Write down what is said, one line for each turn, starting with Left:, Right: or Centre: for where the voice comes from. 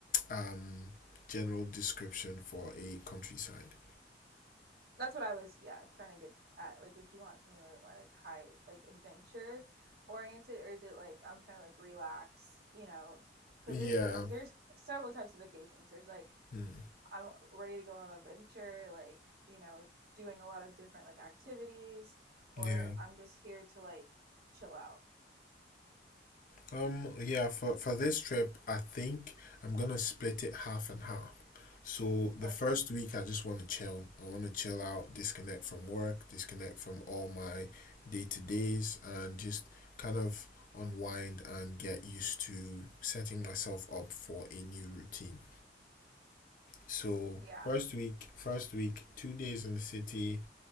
Left: um general description for a countryside
Right: That's what I was yeah, trying to get at. Like would you want something a little bit more like high like adventure oriented or is it like I'm trying to like relax, you know, cuz
Left: yeah
Right: there's a different there's several types of vacations. There's like
Left: Hmm.
Right: I'm ready to go on an adventure, like, you know, doing a lot of different like activities
Left: Yeah.
Right: or I'm just here to like chill out.
Left: Um, yeah, for for this trip, I think I'm gonna split it half and half. So the
Right: Okay.
Left: first week I just want to chill. I want to chill out, disconnect from work, disconnect from all my day-to-days and just kind of unwind and get used to setting myself up for a new routine. So
Right: Yeah.
Left: first week, first week, two days in the city,